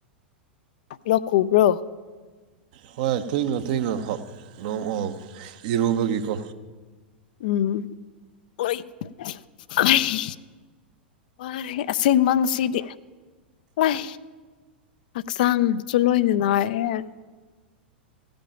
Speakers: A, on the left (about 55°); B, on the right (about 50°).
A: ꯂꯛꯈꯨꯕ꯭ꯔꯣ
B: ꯍꯣꯏ ꯊꯨꯏꯉꯣ ꯊꯨꯏꯉꯣ ꯈ ꯅꯣꯡ ꯑꯣ ꯏꯔꯨꯕꯒꯤꯀꯣ
A: ꯎꯝ ꯑꯣꯏ <unintelligible> ꯋꯥꯔꯦ ꯑꯁꯦꯡꯕꯁꯤꯗꯤ ꯂꯥꯏ ꯍꯛꯆꯥꯡꯁꯨꯂꯣꯏꯅꯤꯅ ꯑꯦ